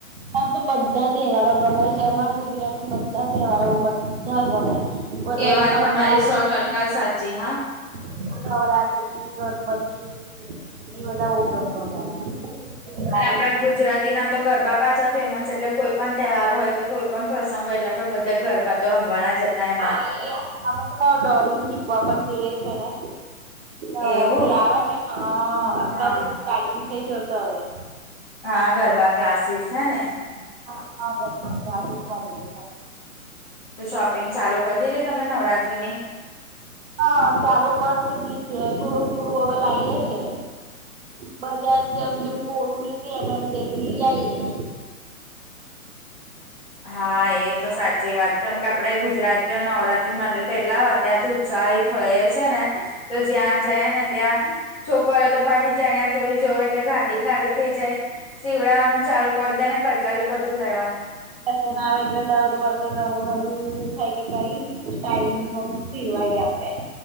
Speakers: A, on the right (about 40°); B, on the left (about 25°).
A: આમ તો બધા તહેવારો ગમે છે. અમારા ગુજરાતમાં બધા તહેવારો બધા ગમે- વધારે
B: એ વાત
A: નવરાત્રી
B: તમારી સો ટકા સાચી હા
A: નવરાત્રી ગણપતિ નવેતા હમ વધારે દિવાળી
B: અને આપડા ગુજરાતી ના તો ગરબા પાછા ફેમસ એટલે કોઈ પણ તહેવાર હોય કે કોઈ પણ પ્રસંગ હો એટલા બધા ગરબા તો રમવાના જ હતા એમાં-
A: આ એ અમે થોડા દોર શીખવા પણ જેઈએ છે ને
B: એવું
A: નવરાતી આવે ને હ અતથી
B: હા
A: સ્ટાર્ટિંગ થઈ જ તો હવે-
B: હા ગરબા ક્લાસીસ હે ને-
A: હાા આધિકવા <unintelligible>
B: તો શોપિંગ ચાલુ કરી દીધી તમે નવરાત્રી ની-
A: હા ચાલુ કરી દીધી છે થોડું થોડું હવે લાવએ છે. બધા જેમ જેમ કોરું નીકળ એમ એમ દેહી આઈએ-
B: હા એ તો સાચી વાત કેમ કે આપડે ગુજરાતી નવરાત્રી મંદિર કેટલા- ત્યાંથી ઉત્સાહિત હોય છે ને તો જ્યાં જઈ ને ત્યાં- છોકરો તો પાછી ચણ્યા ચોરી જોયો એટલે ગાંડી ગાંડી થઈ જાય. સીવડાવાનું ચાલુ કરી દે ને કટલારી બધું લેવાનું-
A: પ ના આવે એટલે દરદ વર્ષ નવું નવું થાય કે કઈ ટાઈમ- સિવાય આપે-